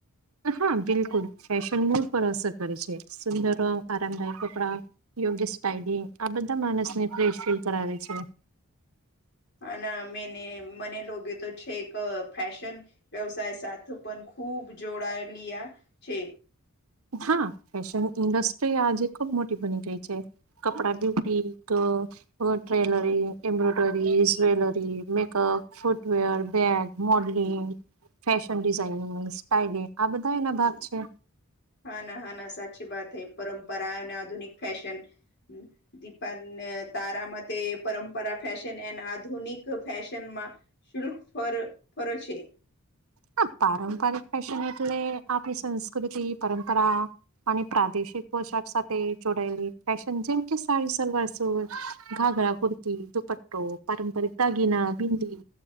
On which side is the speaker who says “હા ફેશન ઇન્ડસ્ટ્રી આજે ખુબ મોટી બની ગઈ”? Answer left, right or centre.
Right